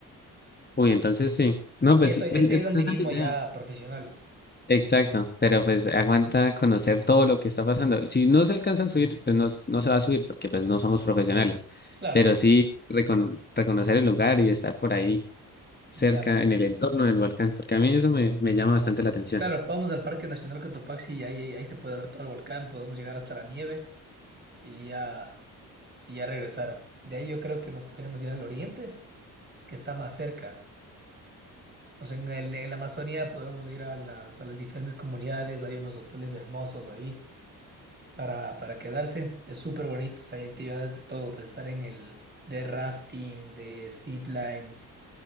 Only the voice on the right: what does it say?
Sí,
eso,
ese
es
andinismo
ya profesional.
Claro,
ya.
Claro, vamos al Parque Nacional Cotopaxi y ahí, ahí, ahí se puede ver todo el volcán, podemos llegar hasta la nieve y ya, y ya regresar. De ahí yo creo que nos podríamos ir al oriente, que está más cerca. O sea, en el, en la Amazonía podemos ir a las, a las diferentes comunidades, hay unos hoteles hermosos ahí para, para quedarse. Es súper bonito. o sea, hay actividades de todo, para estar en el de rafting, de ziplines,